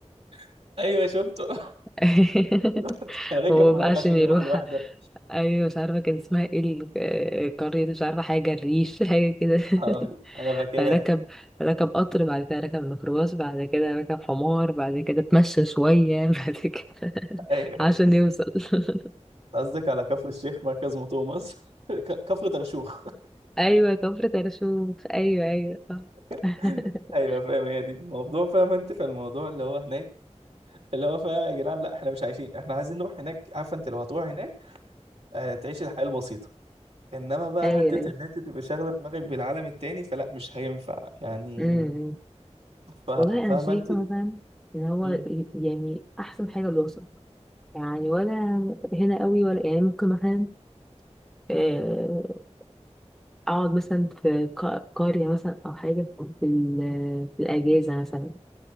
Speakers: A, on the right; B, in the centre.
A: <laughs> ايوه شفته <laughs>
B: <laughs>
A: الواحد كان راكب
B: هو
A: في
B: بقى
A: مغ
B: عشان
A: عشان
B: يروح
A: يروح لوحده
B: ايوه مش عارفه كان اسمها ايه ال- آه، قريه مش عارفه حاجه الريش حاجه كده <laughs>
A: آه، انا فاكرها
B: فركب ركب قطر بعد كده ركب ميكروباص بعد كده ركب حمار بعد كده اتمشى شويه <laughs> بعد كده
A: ايوه
B: عشان
A: ايوه
B: يوصل <laughs>
A: قصدك على كفر الشيخ مركز مطوع مصر <laughs> ك- كفر ترشوخ
B: ايوه كفر ترشوف ايوه ايوه صح
A: <laughs>
B: <laughs>
A: ايوه فاهم هي دي الموضوع فاهم انت في الموضوع اللي هو هناك اللي هو فاهم يا جدعان لا احنا مش عايشين احنا عايزين نروح هناك عارفه انت لو هتروح هناك آه تعيش الحياه البسيطه انما بقى
B: ايوه
A: حته
B: ايوه
A: ان انت تبقى شاغله دماغك بالعالم التاني فلا مش هينفع يعني
B: امم، امم.
A: ف-
B: والله أنا
A: فاهمه
B: شايفة
A: انت
B: مثلا إن هو
A: مم.
B: ي- يعني أحسن حاجة دراسة يعني ولا هنا قوي ولا يعني ممكن مثلا آه، أقعد مثلا في ق- قرية مثلا أو حاجة في ال- في الأجازة مثلا